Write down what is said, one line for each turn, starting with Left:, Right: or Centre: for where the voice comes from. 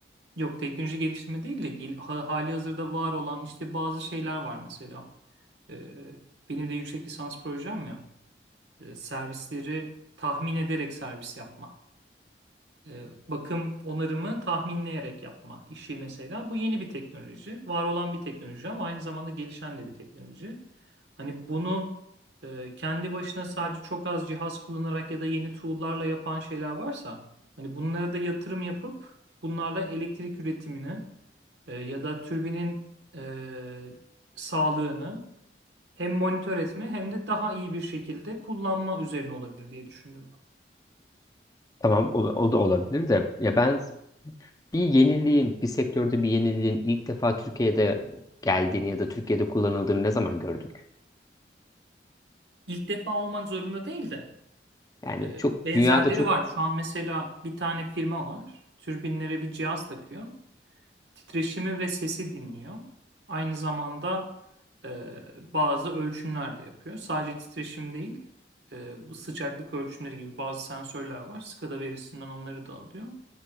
Right: Yok teknoloji geliştirme değil de gel- ha- hali hazırda var olan işte bazı şeyler var mesela. Ee, benim de yüksek lisans projem ya. Ee, servisleri tahmin ederek servis yapma. e, bakım onarımı tahminleyerek yapma işi mesela. Bu yeni bir teknoloji. Var olan bir teknoloji ama aynı zamanda gelişen de bir teknoloji. Hani bunu e, kendi başına sadece çok az cihaz kullanarak ya da yeni tool'larla yapan şeyler varsa hani bunlara da yatırım yapıp bunlarla elektrik üretimini e, ya da türbinin e, sağlığını hem monitör etme hem de daha iyi bir şekilde kullanma üzerine olabilir diye düşündüm ben.
Left: Tamam o, o da olabilir de ya ben bir yeniliğin, bir sektörde bir yeniliğin ilk defa Türkiye'de geldiğini ya da Türkiye'de kullanıldığını ne zaman gördük?
Right: İlk defa olmak zorunda değil de
Left: Yani
Right: E,
Left: çok
Right: Benzerleri
Left: dünyada çok
Right: var. Şu an mesela bir tane firma var. Türbinlere bir cihaz takıyor. Titreşimi ve sesi dinliyor. Aynı zamanda e, bazı ölçümler de yapıyor. Sadece titreşim değil, e, bu sıcaklık ölçümleri gibi bazı sensörler var. SCADA verisinden onları da alıyor.